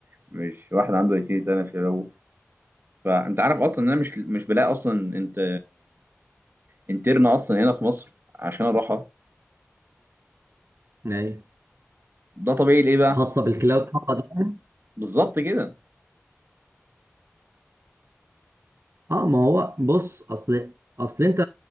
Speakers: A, on the right; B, on the right.
A: مش واحد عنده 20 سنه في شبابه فانت عارف اصلا ان انا مش مش بلاقي اصلا انت انترن اصلا هنا في مصر عشان اروحها
B: ايوه
A: ده طبيعي ليه بقى
B: خاصه بالكلاود خاصة ده.
A: بالظبط كده
B: اه ما هو بص اصل اصل انت